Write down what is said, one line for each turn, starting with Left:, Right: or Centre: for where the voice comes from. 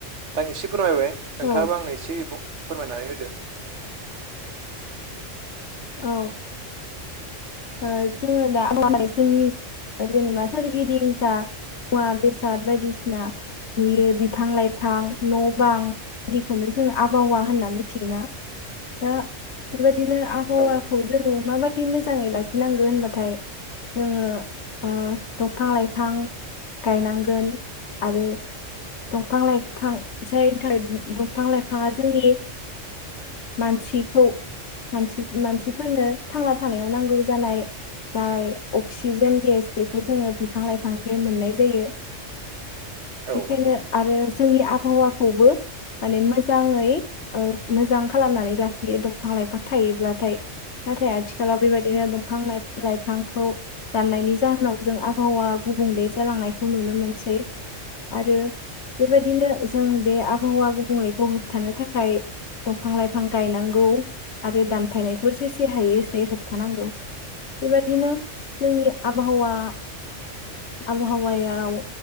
Right: दा आं एसे फोरमायबाय
Left: औ
Right: नोंथाङाबो आंनो एसे फोरमायनानै होदो
Left: औ ओ जोङो दा जोंनि जेनेबा सोरगिदिं जा मुवा बेस सार बायदिसिना नुयो बिफां लाइफां न' बां बिदिखौनो जोङो आबहावा होनना मिथिगोना दा बेबायदिनो आबहावाखौ
Right: औ नंगौ
Left: जोङो माबाददि मोजाङै लाखिनांगौ होनबाथाय जोङो ओ दंफां लाइफां गायनांगोन आरो दंफां लाइफां जायनि थाखाय दंफां लाइफाङा जोंनि मानसिखौ मानसिफोरनो थांना थानायाव नांगौ जानाय जाय अक्सिजेन गेस बेखौ जोङो बिफां लाइफांनिफ्राय मोननाय जायो बेखायनो
Right: औ नंगौ
Left: आरो जोंनि आबहावाखौबो माने मोजाङै मोजां खालामनानै लाखियो दंफां लाइफां थायोब्लाथाय नाथाय आथिखालाव बेबायदिनो बिफां लाइां लाइफांखौ दाननायनि जाहोनाव जों आबहावा गुबुंले जालांनायखौ नुनो मोनसै आरो बेबायदिनो जों बे आबहावा गुबुंनायखौ होबथानो थाखाय दंफां लाइफां गायनांगौ आरो दानफायनायखौ जेसे हायो एसे होबथानांगौ बेबायदिनो जोंनि आबहावा आबहावायाव